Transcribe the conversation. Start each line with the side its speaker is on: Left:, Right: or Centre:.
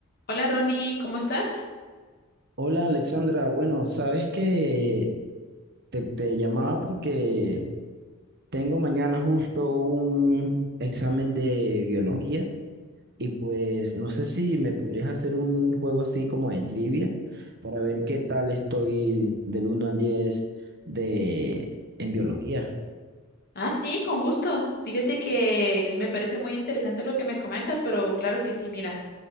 Left: Hola Ronnie, ¿cómo estás?
Right: Hola Alexandra, bueno, sabes que te, te llamaba porque tengo mañana justo un examen de biología y pues no sé si me podrías hacer un juego así como de trivia para ver qué tal estoy del uno al 10 de, en biología.
Left: Ah, sí, con gusto. Fíjate que el- me parece muy interesante lo que me comentas, pero claro que sí, mira,